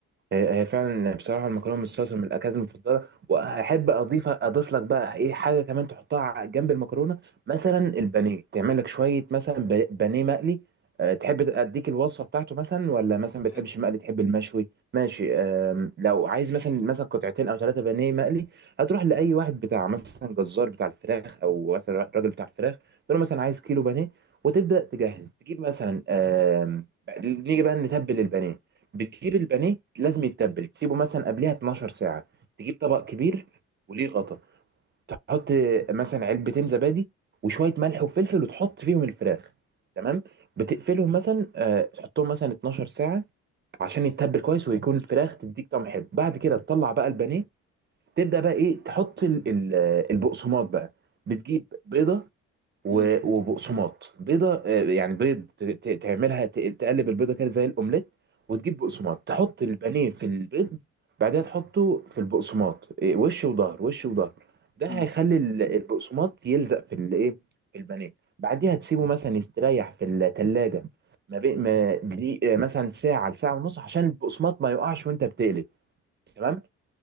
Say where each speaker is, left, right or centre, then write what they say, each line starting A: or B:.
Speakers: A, on the right (about 35°); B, on the left (about 60°).
A: هي هي فعلا بصراحه المكرونه بالصلصه من الاكلات المفضله واحب اضيف اضيف لك بقى ايه حاجه كمان تحطها ع- جنب المكرونه مثلا البانيه تعمل لك شويه مثلا ب- بانيه مقلي أه تحب ت- اديك الوصفه بتاعته مثلا ولا مثلا بتحبش
B: ماشي
A: المقلي تحب المشوي ماشي أم، لو عايز مثلا مثلا قطعتين او ثلاثه بانيه مقلي هتروح لاي واحد بتاع مثلا جزار بتاع الفراخ او مثلا راجل بتاع الفراخ تقول له مثلا عايز كيلو بانيه وتبدا تجهز تجيب مثلا أم، نيجي بقى نتبل البانيه بتجيب البانيه لازم يتبل تسيبه مثلا قبلها 12 ساعة تجيب طبق كبير وليه غطا تحط مثلا علبتين زبادي وشوية ملح وفلفل وتحط فيهم الفراخ تمام بتقفلهم مثلا آه، تحطهم مثلا 12 ساعة عشان يتبل كويس ويكون الفراخ تديك طعم حلو بعد كده تطلع بقى البانيه تبدأ بقى ايه تحط ال- ال- آه، البقسماط بقى بتجيب بيضة و-
B: امم
A: وبقسماط بيضه آه، يعني بيض ت- ت- تعملها ت- تقلب البيضه كده زي الاومليت وتجيب بقسماط تحط البانيه في البيض بعدها تحطه في البقسماط إيه، وش وظهر وش وظهر ده هيخلي
B: امم
A: ال- البقسماط يلزق في الايه في البانيه بعديها تسيبه مثلا يستريح في الثلاجه ما بين ما دقيق- آه، مثلا ساعه لساعه ونص عشان البقسماط ما يقعش وانت بتقلي تمام